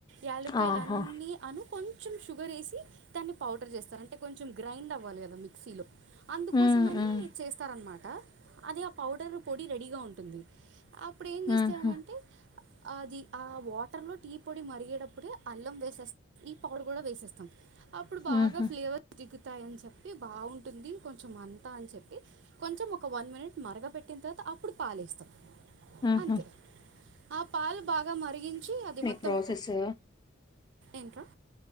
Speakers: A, on the right (about 65°); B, on the left (about 20°).
A: యాలుకాయలు
B: ఆహా!
A: అన్నీ అనుకొ కొంచెం షుగర్ ఎసి దాన్ని పౌడర్ చేస్తారు అంటే కొంచెం గ్రైండ్ అవ్వాలి కదా మిక్సీలో అందుకోసమని
B: హ్మ్. హ్మ్.
A: చేస్తారన్నమా ట అది ఆ పౌడర్ పొడి రెడీగా ఉంటుంది అప్పుడు ఏం
B: హుహు.
A: చేస్తామంటె ఆది ఆ వాటర్ లో టీ పొడి మరిగేటప్పుడే అల్లం వేసేస్ ఈ పౌడర్ కూడా వేసేస్తాం అప్పుడు
B: హుహు.
A: బాగా ఫ్లేవర్స్ దిగు ఉతాయ అని చెప్పి బాగుంటుంది కొంచెం అంతా అని చెప్పి కొంచెం ఒక వన్ మినిట్ మరగ పెట్టిన తర్వాత అప్పుడు పాలేస్తాం
B: హ్మ్
A: అంతే
B: హు
A: ఆ పాల్ బాగా మరిగించి అది మొత్తం
B: ప్రాసెసు.
A: పొ ఏంట్రా